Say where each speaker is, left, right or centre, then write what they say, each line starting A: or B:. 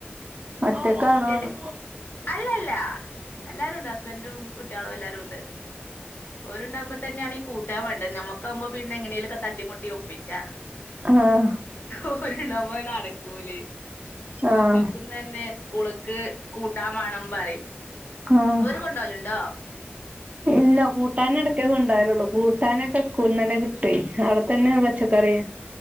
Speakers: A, on the right (about 35°); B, on the left (about 50°).
A: ഒറ്റക്കണോന്ന്
B: കേട്ട് അല്ലല്ല എല്ലാരുംണ്ട് ഹസ്ബൻറും കുട്ടികളും എല്ലാരും ഉണ്ട് ഓരുണ്ടാവുമ്പോ തന്നെയാണ് ഈ കൂട്ടാവേണ്ടെ നമ്മുക്കാവുമ്പോ പിന്നെ എങ്ങനേലൊക്കെ തട്ടീംമുട്ടിയും ഒ പിച്ച
A: ആഹ്
B: ഓര് ണ്ടാവുമ്പത് നടക്കൂലേ മക്കൾക്കും
A: ആഹ്
B: തന്നെ കൂളക്ക് കൂട്ടാൻ വേണം പറയും
A: ആഹ്
B: ഓര് കൊണ്ടോവലുണ്ടോ
A: ഇല്ല കൂട്ടാനിടക്കേ കൊണ്ടരള്ളൂ കൂട്ടാനൊക്കെ സ്കൂളന്ന് തന്നെ കിട്ടേ അവിടെത്തന്നെ പച്ചക്കറിയ